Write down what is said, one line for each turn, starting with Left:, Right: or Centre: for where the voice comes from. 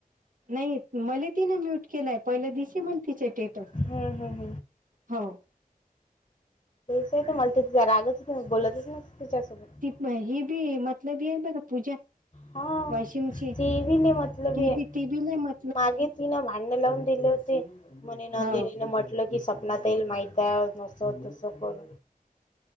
Right: नाही मला तिन म्यूट केलाय पहिलं दिसे म्हण तिचे टेटर
Left: हम्म हम्म
Right: हो
Left: स आहे मला त ति रागच बोलतच ना तिच्यासोबत
Right: ब ही बी मतलबी आहे बघ पूजा
Left: हा
Right: वाशिमची
Left: ती बी लई मतलबी
Right: ही
Left: आहे
Right: बी त म
Left: मागे तिनं भांड लावून दिले होते म्हणे नंदिनीने
Right: हो
Left: म्हटलं की स्वपनातल माहिती नस तस कर